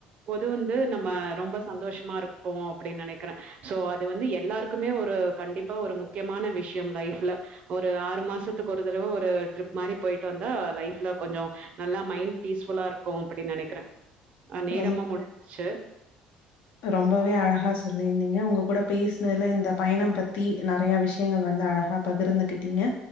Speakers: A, on the right (about 50°); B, on the left (about 70°).
A: பொது வந்து நம்ம ரொம்ப சந்தோஷ்மா ருப்போ அப்டி நெனக்கிற சோ அது வந்து எல்லாருக்குமே ஒரு கண்டிப்பா ஒரு முக்கியமான விஷ்யம் லைஃப்ல ஒரு ஆறு மா மாசத்துக்கு ஒரு தடவ ஒரு ட்ரிப் மாரி போய்ட்டு வந்தா லைஃப்ல கொஞ்சோ நல்லா மைண்ட் பீஸ்ஃபுல்லா ருக்கு அப்டின்னு டி நெனக்ற ஆ நேரமு
B: ரொம்ப
A: முடிஞ்சிருச்சி
B: ரொம்பவே அழகா சொல்லிருந்தீங்க உங்க கூட பேசுனதுல இந்த பயணம் பத்தி நறயா விஷயங்கள் வந் து அழகா பகிர்ந்துகிட்டீங்க